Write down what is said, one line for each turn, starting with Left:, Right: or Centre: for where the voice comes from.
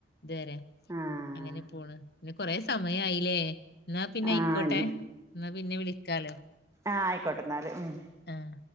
Left: ത്റ്യ.
Right: ആഹ്
Left: അങ്ങനെ പോണ്, പിന്നെ കൊറെ സമയായിലേ ന്നാ പിന്നെ
Right: ആഹ്
Left: ഐക്കോട്ടെ, ന്നാ പിന്നെ വിളിക്കാലോ
Right: ആഹ് ഐക്കോട്ടെന്നാല് ഉം
Left: ആഹ്